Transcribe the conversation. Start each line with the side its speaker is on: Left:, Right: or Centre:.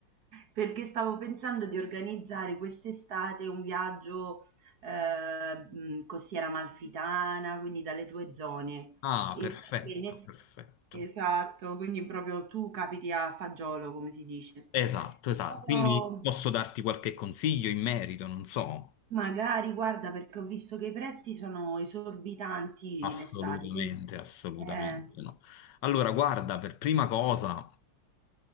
Right: Perché stavo pensando di organizzare quest'estate un viaggio eh, mh, costiera amalfitana, quindi dalle tue zone.
Left: Ah,
Right: E
Left: perfetto,
Right: so che ne-
Left: perfetto.
Right: Esatto, quindi proprio tu capiti a fagiolo, come si dice.
Left: Esatto, esatto. Quindi
Right: Oh.
Left: posso darti qualche consiglio in merito, non so.
Right: Magari, guarda, perché ho visto che i prezzi sono esorbitanti
Left: Assolutamente,
Right: in estate, quindi
Left: assolutamente
Right: eh,
Left: no. Allora, guarda, per prima cosa.